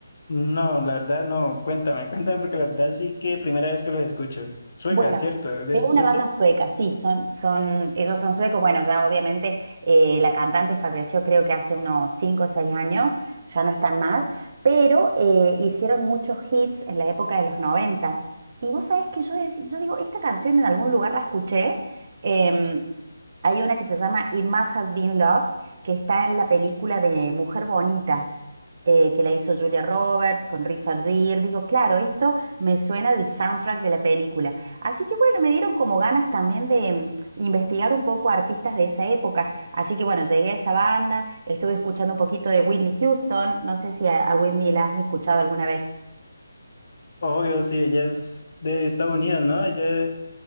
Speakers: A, on the left; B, on the right.
A: no, la verdad no. Cuéntame, cuéntame porque la verdad sí que primera vez que los escucho. Sueca,
B: Bueno,
A: ¿cierto? ¿Es de
B: es
A: Suecia?
B: una banda sueca, sí, son, son, ellos son suecos. Bueno, ya obviamente eh, la cantante falleció creo que hace unos 5 o 6 años, ya no están más, pero eh, hicieron muchos hits en la época de los 90. Y vos sabés que yo, dec- yo digo, esta canción en algún lugar la escuché. em, hay una que se llama It Must Have Been Love, que está en la película de Mujer Bonita, eh, que la hizo Julia Roberts con Richard Gere. Digo, claro, esto me suena del soundtrack de la película. Así que bueno, me dieron como ganas también de mm, investigar un poco artistas de esa época. Así que bueno, llegué a esa banda, estuve escuchando un poquito de Whitney Houston. No sé si a, a Whitney la has escuchado alguna vez.
A: Obvio, sí, ella es de Estados Unidos, ¿no? Ella es